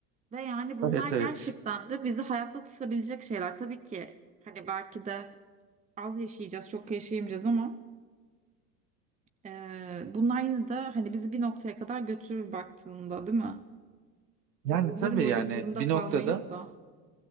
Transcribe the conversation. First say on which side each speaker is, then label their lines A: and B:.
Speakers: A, on the right; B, on the right.
A: Ve yani bunlar
B: Evet evet.
A: gerçekten de bizi hayatta tutabilecek şeyler. Tabii ki hani belki de az yaşayacağız, çok yaşayamayacağız ama e, bunlar yine de hani bizi bir noktaya kadar götürür baktığında, değil mi?
B: Yani
A: Tabii umarım
B: tabii
A: böyle
B: yani
A: bir durumda
B: bir
A: kalmayız
B: noktada
A: da.